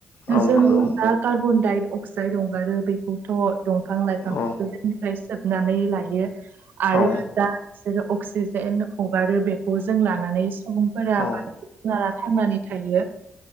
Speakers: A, on the left; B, on the right.
A: औ
B: जों
A: नंगौ
B: दा कार्बन-डाइद-अक्साइड हंगारो बेखौथ' दंफां लाइफांङो
A: औ
B: निफ्राय सोबनानै लायो। आरो
A: औ
B: जा बिसोरो अक्सिजेन हगारो बेखौ जों लानानै सुबुंफोरा
A: औ
B: <unintelligible> थांनानै थायो।